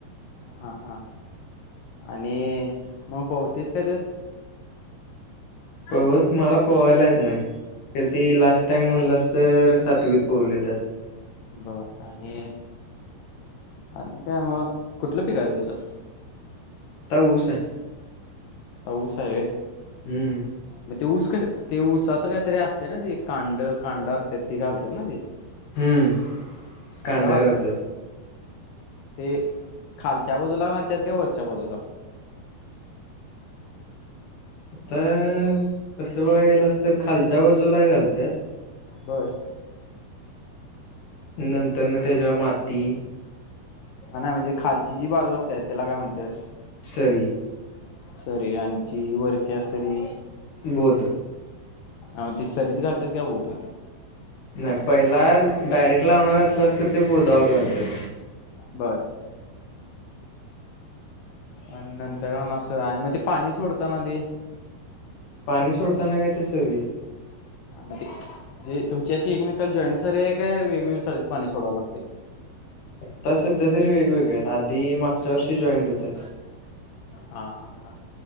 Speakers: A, on the left; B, on the left.
A: ह हा हा आणि मग पोहतीस का त्यात,
B: हो मला पोहायला येत नाही कधी लास्ट टाइम म्हणलंस तर सातवीत पोहलेलो.
A: बर आणि आणि काय मग कुठलं पिक आहे तुमचं,
B: ऊस आहे.
A: ऊस आहे
B: हम्म
A: वय ते ऊस कस ते ऊसाचं काहीतरी असते ना ते कांड कांड असत ती घालत ना ते
B: हम्म कांड्यारवतात
A: कुठं घालतात ते ते खालच्या बाजूला घालतात कि वरच्या बाजूला
B: आता तसं बघाय गेलंस तर खालच्या बाजूला घालतात.
A: बरं
B: नंतर ना त्याच्या माती
A: नाही म्हणजे खालची जी बाजू असतेय त्याला काय म्हणतात.
B: सरी
A: सरी आणची वरखी असते ती.
B: बोध
A: आ ते सरीत घालतात का बोलत.
B: नाही पहिला डायरेक्ट लावणार असल्यास तर ते बोधावर घालतात.
A: बर आणि नंतर अस आणि मग ते पाणी सोडत ना ते
B: पाणी सोडताना काय ते सरीत
A: म ते जे तुमच्या अशी एकमेकाला जॉईंट सरे आहे काय वेगवेगळ्या साडीेत पाणी सोडावं लागते.
B: आता सध्या तरी वेगवेगळे आहेत आधी मागच्या वर्षी जॉईंट होतय.
A: हा हा हा